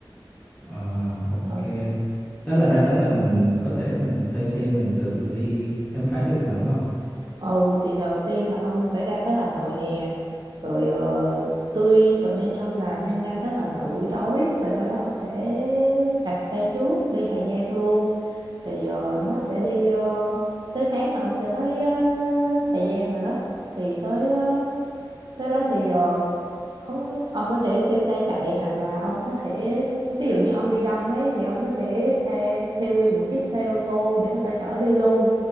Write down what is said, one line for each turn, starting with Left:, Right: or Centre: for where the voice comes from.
Left: Ờ, ok.
Right: ừ.
Left: Thế là ra đó là mình có thể mình thuê xe mình tự đi khám phá được mà đúng không?
Right: Ừ thì đầu tiên là ông phải ra tới Hà Nội nè Rồi ờ, tôi comment với ông là nên ra tới Hà Nội buổi tối Rồi sau đó ông sẽ đặt xe trước đi Hà Giang luôn Thì ờ, nó sẽ đi ờ, tới sáng là ông sẽ tới ờ, Hà Giang rồi đó Thì tới ờ, tới đó thì ờ, ông ông có thể thuê xe chạy hoặc là ông có thể ví dụ như ông đi đông ấy thì ông có thể thuê thuê nguyên một chiếc xe ô tô để người ta chở đi luôn